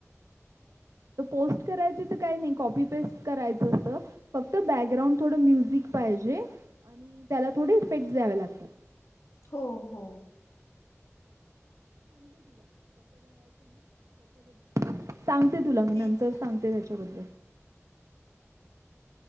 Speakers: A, on the right; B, on the left.
A: पोस्ट करायची तर काही नाही. कॉपी पेस्ट करायचं असतं! फक्त बॅकग्राउंड थोडं म्युझिक पाहिजे. आणि त्याला थोडे इफेक्ट द्यावे लागतात.
B: हो हो.
A: <unintelligible> कसं, करायच ना त्याच्याबदल सांगते तुला मी
B: तेच
A: नंतर
B: ना
A: सांगते त्याच्याबद्दल-